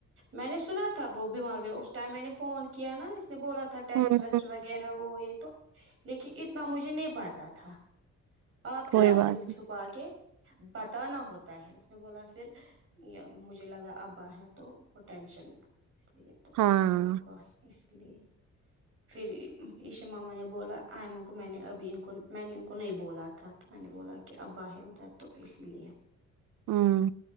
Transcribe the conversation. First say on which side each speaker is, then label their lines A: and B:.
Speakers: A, on the right (about 45°); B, on the right (about 80°).
A: میں نے سنا تھا وہ بیمار ہو اس ٹائم میں نے فون کیا نا اس نے بولا تھا ٹیسٹ
B: ہوں
A: ویسٹ
B: ہوں
A: وغیرہ وہ یہ تو لیکن اتنا مجھے نہیں پتا تھا آپ کیوں
B: کوئی
A: رکھتے
B: بات
A: ہو
B: نہیں
A: چھپا کے بتانا ہوتا ہے اس نے بولا پھر مجھے لگا اب آ ہے تو وہ ٹینشن اس لیے تو
B: ہاں
A: میں نے بولا کو اس لیے پھر ایشی ماما نے بولا آئمن کو میں نے ابھی ان کو میں نے ان کو نہیں بولا تھا تو میں نے بولا کہ ابا ہے ادھر تو اسی لیے
B: ہمم